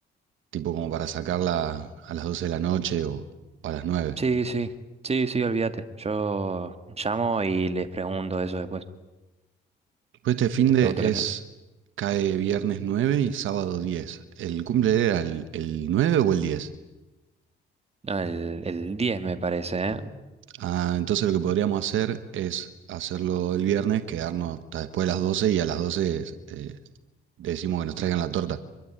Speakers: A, on the right; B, on the right.
A: tipo como para sacarla a las 12 de la noche o, o a las nueve
B: Sí, sí, sí, sí, olvídate. Yo llamo y les pregunto eso después.
A: Pues este finde
B: Les pregunto,
A: es,
B: les pregunto.
A: cae viernes 9 y sábado diez ¿El cumple era el, el 9 o el diez
B: No, el, el 10 me parece, ¿eh?
A: Ah, entonces lo que podríamos hacer es hacerlo el viernes, quedarnos hasta después de las 12 y a las 12 eh, decimos que nos traigan la torta.